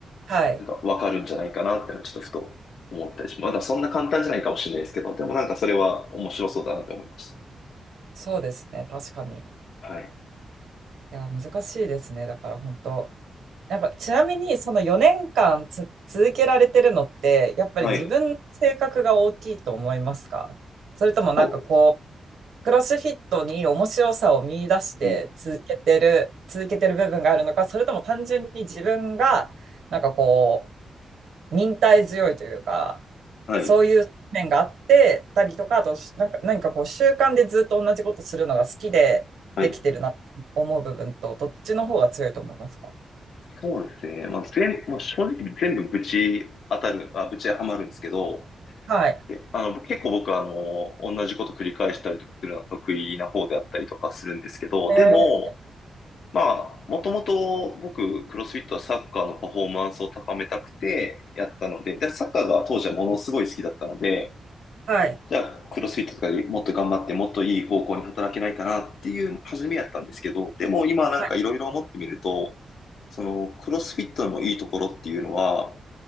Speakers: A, on the right; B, on the left.
A: はい。
B: なんか分かるんじゃないかなっていうのはちょっとふと思ったりします。まだそんな簡単じゃないかもしれないですけど、でもなんかそれは面白そうだなって思いまし
A: そうですね、確かに。い
B: た。はい。
A: や、難しいですね、だから本当。なんか、ちなみに、その4年間つ続けられてるのって、やっぱり自分の性格が大きいと思いますかそれともなんかこう、
B: はい。と、
A: クロスフィットに面白さを見出して続けてる、
B: うん。
A: 続けてる部分があるのか、それとも単純に自分が、なんかこう、忍耐強いというか、
B: はい。
A: そういう面があってたりとか、あと、なんか何かこう、習慣でずっと同じことするのが好きでできてるなと思う部分と、
B: はい。
A: どっちの方が強いと思いますか
B: そうですね。まあ、全、まあ、正直全部ぶち当たる、あ、ぶちはまるんですけど、
A: はい。
B: えあの、結構僕はあの、同じこと繰り返したりとかするのは得意な方であったりとかするんですけど、
A: え
B: でも、
A: ー
B: まあ、もともと僕、クロスフィットはサッカーのパフォーマンスを高めたくてやったので、で、サッカーが当時はものすごい好きだったので、
A: はい。
B: じゃあ、クロスフィットとかでもっと頑張って、もっといい方向に働けないかなっていう初めやったんですけど、でも今なんかいろいろ思ってみると、
A: はい。
B: そのクロスフィットのいいところっていうのは、